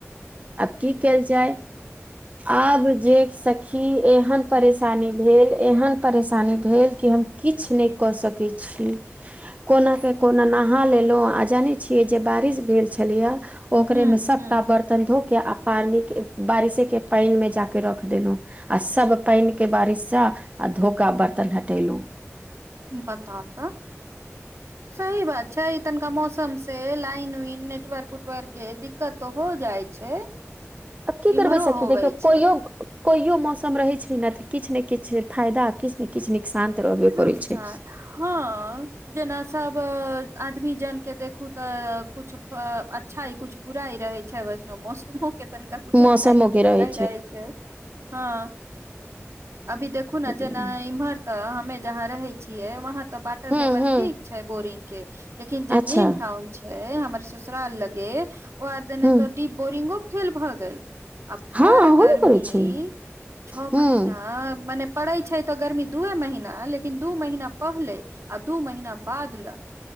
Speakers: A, on the right; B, on the right.
A: आब की कयल जाय? आब जे सखी एहन परेशानी भेल एहन परेश सानी भेल कि हम किछ नय कऽ सकै छी। कोना क कोना नहा लेलौं, आ जानै छियै जे बारिश भेल छलैया ओकरे
B: ह
A: मे सबटा बर्तन धो के, आ पानि के बारिशे के पाइन में जाके रख देलौं। आ सब पइन के बारिश सँ, आ धो के आ बर्तन हटेलुं।
B: बताऊ ता? सही बात छै ई तनिका मौसम स से लाइन-उइन, नेटवर्क-उटवर्क के दिक्कत त हो जाय छै।
A: आब की करबै
B: इम्हरो
A: सखी?
B: होवे
A: देखियौ
B: छै
A: कोइयो कोइयो मौसम रहे छै न तऽ किछ ने किछ फायदा किछ ने किछ नुकसान तऽ रहबे
B: रुकसान
A: करै छै
B: हँ जेना सब वऽ आदमी जान के देखु तऽ कुछ अच्छाई कुछ बुराइ रहे छै, वैसनो मौसम <unintelligible> के तनिका कुछ अच्छाई
A: मौसमो
B: कुछ
A: के
B: बुराई
A: रहै
B: रहे छै। हँ, अभी देखू ने
A: हूँ
B: जेना इम्हर तऽ हमे जहाँ रहै छियै, वहां तऽ वाटर
A: हूँ
B: लेवल ठीक छै बोरिंग के। लेकिन जे
A: अच्छा
B: मेन टाउन छै हमर ससुराल लगे, ओ आर देने
A: हूँ
B: डीप बोरिंगो फेल भऽ गेल, आ
A: हँ
B: भर
A: होबे
B: गर्मी
A: करै छै
B: छऽ
A: हूँ
B: महिना मने पड़ै छै तऽ गर्मी दूए महीना, लेकिन दू महीना पहले आ दू महीना बाद लऽ